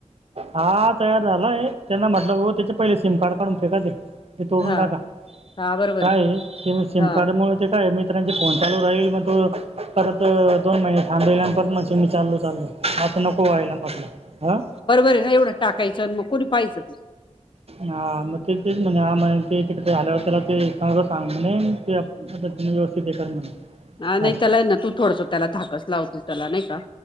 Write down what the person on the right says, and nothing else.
हा तयार झालाय त्यांना म्हटलं हो त्याचे पहिले सिम कार्ड काढून फेका ते ते तोडून
टाका
काय
ते सिम
कार्डमुळे ते काय मी त त्यांचे फोन चालू राहील मग तू परत दोन महिने थांबलेल्यानंत परत मग म ल चालो आता नको व्हायला म्हटलं हं
हा मग ते तेच म्हणे हा म्ह ते तिकडे झाल्यावर त्याला ते सांग सांग म्हणे ते आप व्यवस्थित दे कर म्हणे
काय